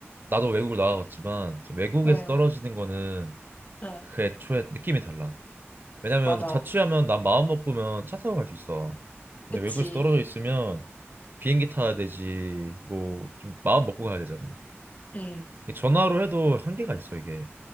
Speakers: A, on the right; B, on the left.
A: 나도 외국을 나가봤지만 좀 외국에서
B: 음.
A: 떨어지는 거는
B: 응,
A: 그 애초에 느낌이 달라. 왜냐면
B: 맞아.
A: 자취하면 난 마음 먹으면 차 타고 갈 수 있어. 근데
B: 그치.
A: 외국에서 떨어져 있으면 비행기 타야 되지. 뭐 좀 마음 먹고 가야 되잖아.
B: 응,
A: 이 전화로 해도 한계가 있어 이게.